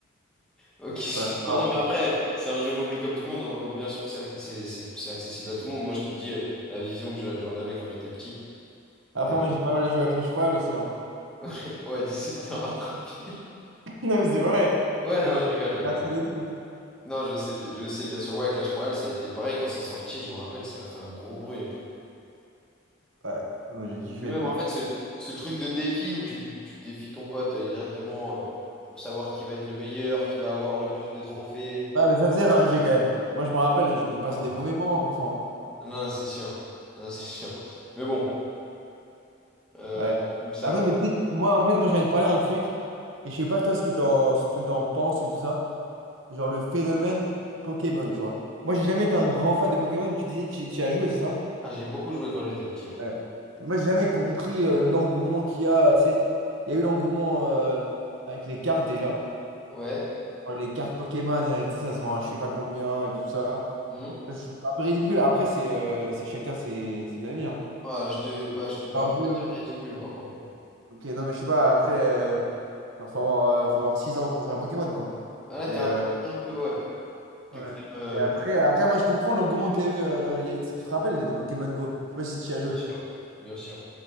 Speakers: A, in the centre; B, on the right (about 75°).
A: Ok, excuse-moi.
B: Ouais, c'est grave.
A: Non, mais après, c'est un jeu mobile comme tout le monde. euh, Bien sûr que c'est c'est- c'est- c'est accessible à tout le monde. Moi, je te le dis euh, la vision que je- j'en avais quand j'étais petit.
B: Après,
A: Mais
B: moi j'ai pas mal joué à Clash Royale aussi. hein.
A: <laughs> ouais, d'essayer de te rattraper.
B: <laughs> Non, mais c'est vrai.
A: Ouais,
B: Euh,
A: non, je rigole, je rigole.
B: personne et tout.
A: Non, je sais, bi- je sais bien sûr. Ouais, Clash Royale, ça a été pareil quand c'est sorti. Je me rappelle que ça a fait un gros bruit. hein.
B: Ouais, moi j'ai kiffé.
A: Et même en fait, ce, ce truc de défi où tu, tu défies ton pote euh, directement euh, pour savoir qui va être le meilleur, qui va avoir le plus de trophées.
B: Ah, mais ça faisait rager quand même. Moi, je me rappelle, et je me passais
A: Ah
B: des
A: ouais.
B: mauvais moments parfois.
A: Non, non, c'est sûr. Non, c'est sûr. Mais bon, euh,
B: Ouais.
A: ça
B: Ah,
A: va.
B: putain, mais tu sais, moi, en fait, moi, j'ai envie de parler un truc. Et je sais pas, toi, ce que t'en, ce que t'en penses et tout ça. Genre le phénomène Pokémon, tu vois. Moi, j'ai jamais été un grand fan de Pokémon. Tu disais que tu tu y as joué, c'est ça?
A: Ah, j'ai beaucoup joué quand j'étais petit, ouais.
B: Ouais. Moi, j'ai jamais compris euh, l'engouement qu'il y a. Tu sais, il y a eu l'engouement euh, avec les cartes déjà.
A: Ouais.
B: Alors, les cartes Pokémon, euh, tu sais, ça se vend à je sais pas combien et tout ça.
A: Hmm.
B: Ça, je trouve ça un peu ridicule. Après, c'est euh, c'est chacun ses, ses avis. hein.
A: Ah, je te, bah, je te permets
B: C'est un peu.
A: pas de dire ridicule par contre. Mais...
B: Ok, non, mais je sais pas, après, euh, genre, faut avoir, euh, faut avoir 6 ans pour jouer à Pokémon, quoi.
A: Ah, là,
B: Mais,
A: t'es un,
B: euh,
A: t'es un peu, ouais. T'es
B: ouais.
A: quand même, euh,
B: Et après, après, moi, je comprends l'engouement qu'il y a eu. euh, il y a- tu te rappelles de des Pokémon Go? Je sais pas si tu y as joué.
A: bien sûr, bien sûr.